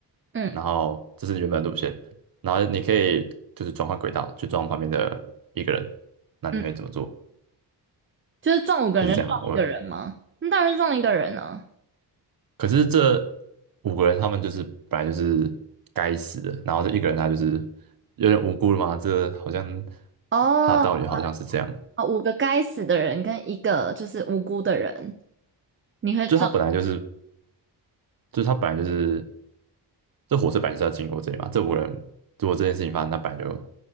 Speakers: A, on the right; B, on the right.
A: 嗯
B: 然后这是原本的路线，然后你可以就是转换轨道去撞旁边的一个人，那你会怎么做？
A: 嗯，就是撞五个人跟撞一个人吗？
B: 还是这样啊，我
A: 那当然是撞一个人啊。
B: 可是这五个人他们就是本来就是该死的，然后这一个人他就是有点无辜了嘛，这好像
A: 哦，
B: 他道理好像是这样，
A: 哦五个该死的人跟一个就是无辜的人，你会撞？
B: 就他本来就是，就他本来就是这火车本来就是要经过这里嘛，这五个人如果这件事情发生，那本来就